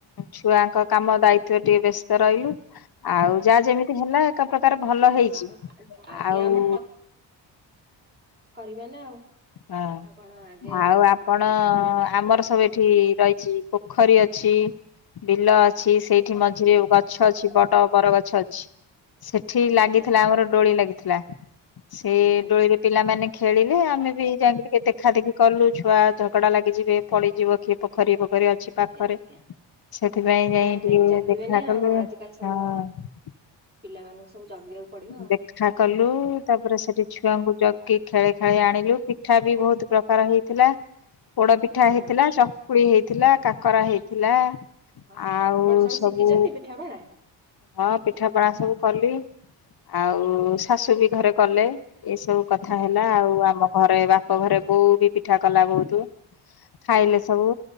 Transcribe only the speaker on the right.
ହଁ
ଆଗେ
ଆମ ବେନା ଆଉ
ଆଉ କଣ ଆଗେ ର
ମଉଜ କ
ଆଜ୍ଞା
ଆଜ୍ଞା
ହୁଁ।
ଆଜ୍ଞା
ଆଜ୍ଞା
ନାଇଁ
ନାଇଁ ଜଗିବେ
ନା
ଆଉ
ଆଜିକାଲି ସବୁ ପିଲାମାନଙ୍କୁ ସବୁ ଜଗିବାକୁ ପଡିବ ଆଉ।
ହୁଁ
ଓହୋ
ଆପଣ
ଶିଖିଛନ୍ତି ପିଠାପଣା?
ହୁଁ